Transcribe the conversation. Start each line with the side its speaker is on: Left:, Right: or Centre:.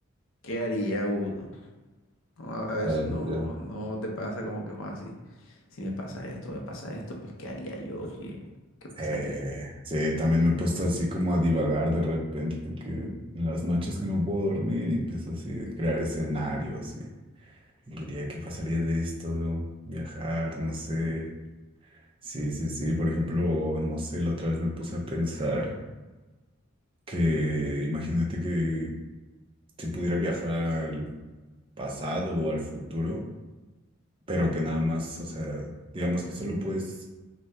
Left: ¿qué haría uno? No, A a veces
Right: Ah, ya,
Left: no,
Right: ya.
Left: no te pasa como que, Juan, si, si me pasa esto, me pasa esto, pues, ¿qué haría yo? ¿Qué, qué pasaría?
Right: Eh, sí, también me he puesto así como a divagar de repente, que en las noches que no puedo dormir y empiezo así a crear escenarios y, y diría, ¿qué pasaría de esto? Viajar, no sé. Sí, sí, sí, por ejemplo, no sé, la otra vez me puse a pensar que imagínate que si pudiera viajar al pasado o al futuro, pero que nada más, o sea, digamos que solo puedes